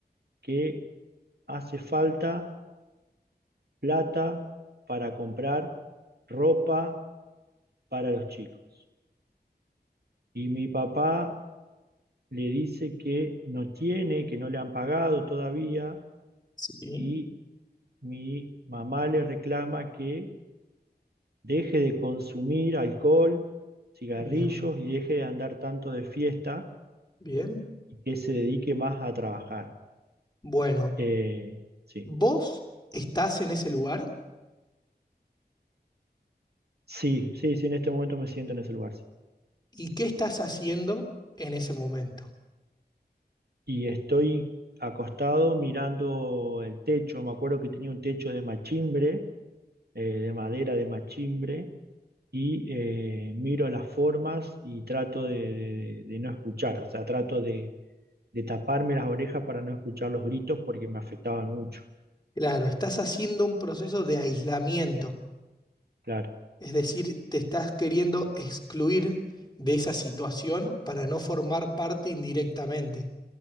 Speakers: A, on the right; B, on the left.
A: que hace falta plata para comprar ropa para los chicos. Y mi papá le dice que no tiene, que no le han pagado todavía
B: Sí,
A: y mi mamá le reclama que deje de consumir alcohol, cigarrillos
B: bien,
A: y deje de andar tanto de fiesta
B: bien.
A: y que se dedique más a trabajar.
B: Bueno,
A: Eh, sí,
B: vos estás en ese lugar
A: sí, sí, sí, en este momento me siento en ese lugar. sí.
B: y qué estás haciendo en ese momento.
A: Y estoy acostado mirando el techo, me acuerdo que tenía un techo de machimbre, eh, de madera de machimbre, y eh, miro las formas y trato de, de- de no escuchar, o sea, trato de, de taparme las orejas para no escuchar los gritos porque me afectaban mucho.
B: Claro, estás haciendo un proceso de aislamiento,
A: Claro,
B: es decir, te estás queriendo excluir de esa situación para no formar parte indirectamente.